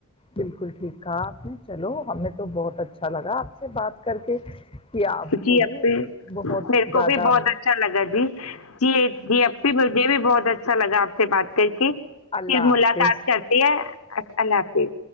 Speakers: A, on the left; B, on the left.
A: بالکل ٹھیک کہا آپ نے چلو ہمیں تو بہت اچھا لگا آپ سے بات کر کے کہ آپ
B: جی
A: کو
B: ا
A: بھی بہت
B: میرے
A: زیادہ
B: کو بھی بہت اچھا لگا جی جی جی اب بھی مجھے بھی ب بہت اچھا لگا آپ سے بات کر کے پھر
A: اللہ
B: ملاقات
A: حافظ
B: کرتی ہے اللہ حافظ